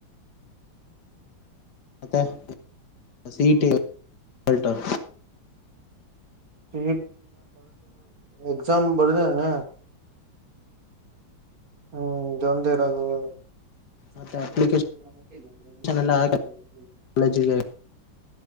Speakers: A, on the left; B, on the right.
A: <inaudible>
B: <inaudible> ಎಸಾಮ್ ಬದ <unintelligible>
A: ಮತ್ತೆ ಅಪ್ಲಿಕೇಶನ್ ಎಲ್ಲ ಹಾಕಿ
B: <inaudible> <inaudible>
A: ಕಾಲೇಜಿಗೆ